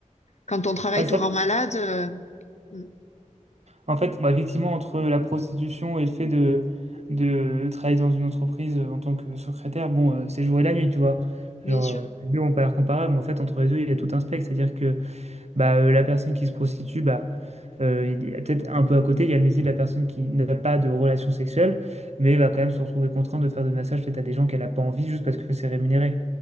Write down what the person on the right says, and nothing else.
Ouais, ça,
En fait, bah, effectivement, entre la prostitution et le fait de, de travailler dans une entreprise euh, en tant que secrétaire, bon, euh, c'est le jour et la nuit, tu vois.
Genre,
euh, les deux ont pas l'air comparables, mais en fait, entre les deux, il y a tout un spectre. C'est-à-dire que bah, euh, la personne qui se prostitue, bah, euh, il y a peut-être un peu à côté, il y a le métier de la personne qui n'a pas de relation sexuelle, mais va quand même se retrouver contrainte de faire des massages faits à des gens qu'elle n'a pas envie juste parce que c'est rémunéré.